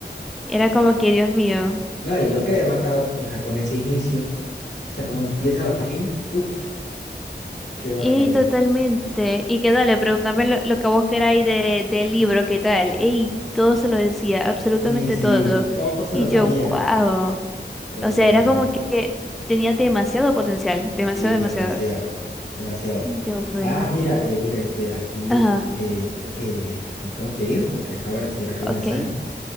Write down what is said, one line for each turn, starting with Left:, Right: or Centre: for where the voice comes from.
Centre: era como
Left: Eh,
Centre: que, Dios mío.
Left: No, y yo quedé matado, o sea, con ese inicio. O sea, como empieza la serie. Uf, qué barbaridad.
Centre: Y totalmente. Y que dale, pregúntame lo, lo que vos queráis de, del libro, qué tal. Y todo se lo decía, absolutamente
Left: Sí, sí,
Centre: todo.
Left: todo se
Centre: Y
Left: lo sabía.
Centre: yo, wow.
Left: Todo
Centre: O
Left: se
Centre: sea,
Left: lo
Centre: era
Left: sabía.
Centre: como que tenía demasiado potencial, demasiado,
Left: Sí, demasiado,
Centre: demasiado.
Left: demasiado.
Centre: Yo, bueno.
Left: Ah, mira, eh, mira, este, aquí
Centre: Ajá,
Left: eh, creo que me tengo que ir porque acabo de recibir acá un
Centre: ok.
Left: mensaje.